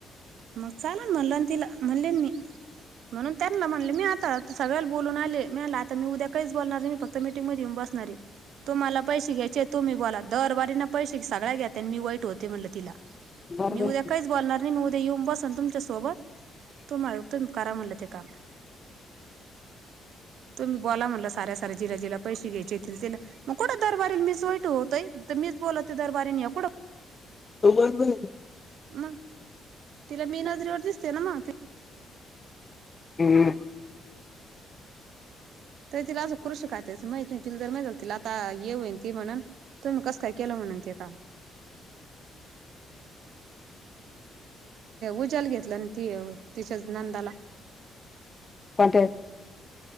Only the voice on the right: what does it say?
मग चाल म्हणल आणि तिला म्हणलेन मी म्हणून त्यांना म्हणले मी आता सगळ्याला बोलून आले मीला आता मी उद्या काही बोलणार आहे मी फक्त मटिंग मध्ये येऊन बसणार आहे तु मला पैसे घ्यायचे तुम्ही बोला दरवारी ना पैसे सगळ्या घ्याता आणि मी वाईट होते म्हटलं तिला
मी उद्या
काहीच बोलणार नाही मी उद येऊन बसन तुमच्या सोबत तुमला तुम्ही करा म्हणलं ते काम तुम्ही बोला म्हणला साऱ्या सऱ्या जिला जिला पैसे घ्यायचेतील तिला मग कुठं दरवारीला मीच वाईट होतोय मीच बोलतते दरवाारीने कुठं
मग तिला मी नजरेवर दिसते ना मग
तर तिला आज कृषी खाते अस माहित नाही तिला जर माहित तिला आता येऊईन ती म्हणून तुम्ही कस काय केलं म्हण ज का <inaudible>
उज्याल घेतलं ती तिच्या नंदाला